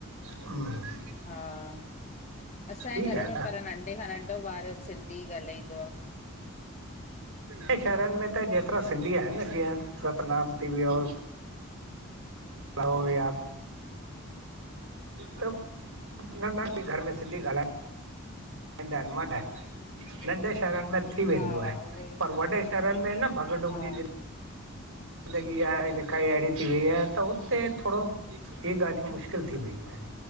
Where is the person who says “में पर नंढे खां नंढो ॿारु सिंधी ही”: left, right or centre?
Left